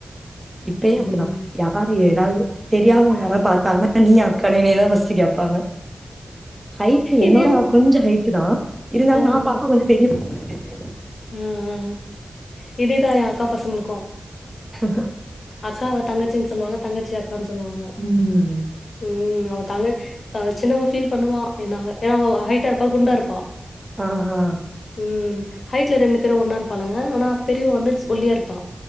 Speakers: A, on the right; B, on the left.
A: இப்பயே
B: ம்.
A: அப்டிதா யார்
B: ம்.
A: ஏதாவது தெரியாதவுங்க யாராது பாத்தாங்கனா நீயா அக்கானு எனையதா ஃபஸ்ட்டு கேப்பாங்க ஹைட் என்னோட
B: இதே
A: அவ கொஞ்சோ ஹைட்டுதா இருந்தாலு
B: அ
A: நா பாக்க கொஞ்சோ பெரிய பொண்ணு மாரி தெரியு
B: ம் ம் இதேதா எ அக்கா பசங்களுக்கு
A: ஹ
B: அக்காவ தங்கச்சின் சொல்வாங்க தங்கச்சிய அக்கான் சொல்வாங்க
A: ம்
B: ம் அவ தங்க த சின்னவ ஃபீல் பண்ணுவா என்னாங்க ஏனா அவ ஹைட்டா இருப்பா குண்டா இருப்பா
A: ஆ ஹ
B: ம் ஹைட்ல ரெண்டு பேரு ஒன்னா இருப்பானுங்க ஆனா பெரியவ வந்து சி ஒல்லியா இருப்பா